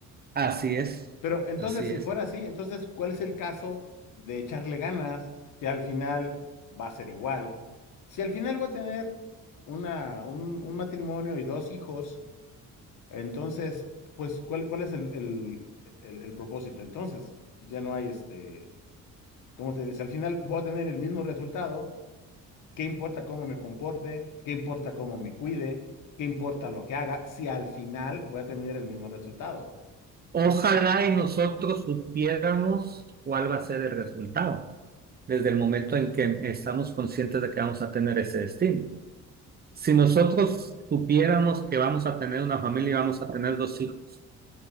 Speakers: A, on the right; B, on the left.
A: Así es,
B: Pero entonces,
A: así
B: si
A: es.
B: fuera así, entonces, ¿cuál es el caso de echarle ganas que al final va a ser igual? Si al final voy a tener una, un, un matrimonio y dos hijos, entonces, pues, ¿cuál, cuál es el, el, el- el propósito? Entonces, ya no hay este, ¿cómo te diré? Si al final voy a tener el mismo resultado, ¿qué importa cómo me comporte? ¿Qué importa cómo me cuide? ¿Qué importa lo que haga? Si al final voy a tener el mismo resultado,
A: Ojalá
B: ¿no crees?
A: y nosotros supiéramos cuál va a ser el resultado desde el momento en que estamos conscientes de que vamos a tener ese destino. Si nosotros supiéramos que vamos a tener una familia y vamos a tener dos hijos,